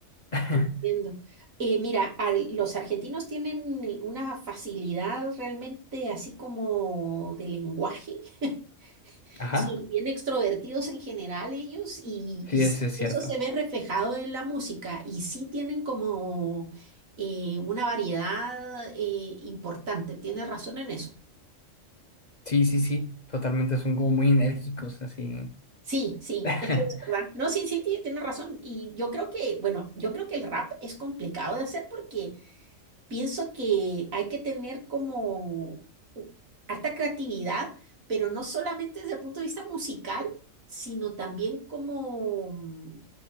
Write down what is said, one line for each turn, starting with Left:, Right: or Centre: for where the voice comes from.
Left: <laughs>
Right: te entiendo. Eh, mira, al- los argentinos tienen una facilidad realmente así como de lenguaje. <laughs>
Left: Ajá,
Right: Son bien extrovertidos en general ellos y,
Left: sí,
Right: y
Left: eso
Right: sí,
Left: es cierto.
Right: eso se ve reflejado en la música y sí tienen como eh, una variedad eh, importante, tienes razón en eso.
Left: Sí, sí, sí, totalmente, son como muy enérgicos, así.
Right: Sí, sí,
Left: <laughs>
Right: eso es verdad. No, sí, sí, tie- tienes razón. Y yo creo que, bueno, yo creo que el rap es complicado de hacer porque pienso que hay que tener como u- harta creatividad, pero no solamente desde el punto de vista musical, sino también como... mm,